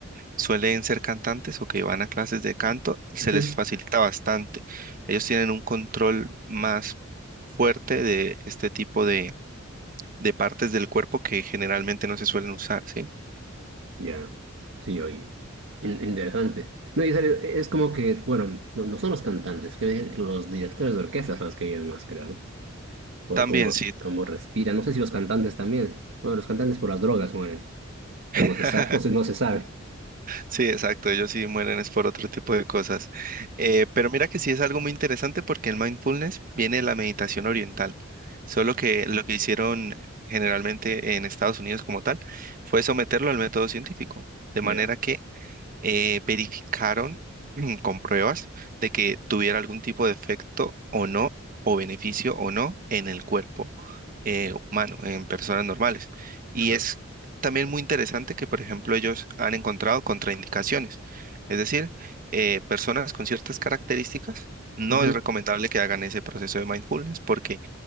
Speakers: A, on the right; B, on the right.
A: suelen ser cantantes o que van a clases de canto, se
B: Ujú.
A: les facilita bastante. Ellos tienen un control más fuerte de este tipo de, de partes del cuerpo que generalmente no se suelen usar, ¿sí?
B: Ya, sí, oye, in- interesante. No, y sale- es como que, bueno, no, no son los cantantes, que los directores de orquesta son los que llevan más, creo, ¿no? Por
A: También
B: cómo,
A: sí,
B: cómo respiran. No sé si los cantantes también. Bueno, los cantantes por las drogas mueren. No,
A: <laughs>
B: no se sabe, no se, no se sabe.
A: sí, exacto, ellos sí mueren es por otro tipo de cosas. Eh, pero mira que sí es algo muy interesante porque el mindfulness viene de la meditación oriental, solo que lo que hicieron generalmente en Estados Unidos como tal fue someterlo al método científico, de
B: Ya.
A: manera que eh, verificaron mm, con pruebas de que tuviera algún tipo de efecto o no, o beneficio o no en el cuerpo eh, humano, en personas normales. Y
B: ajá.
A: es también muy interesante que, por ejemplo, ellos han encontrado contraindicaciones. Es decir, eh, personas con ciertas características, no
B: Ujú.
A: es recomendable que hagan ese proceso de mindfulness porque